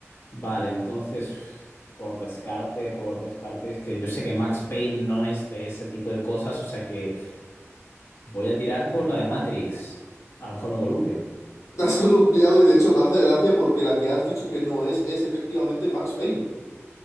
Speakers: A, on the left (about 50°); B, on the left (about 80°).
A: Vale, entonces, por descarte, por descarte, es que yo sé que Max Payne no es de ese tipo de cosas, o sea que voy a tirar por la de Matrix. A lo mejor me columpio.
B: <laughs> Te has columpiado y de hecho me hace gracia porque la que has dicho que no es es efectivamente Max Payne.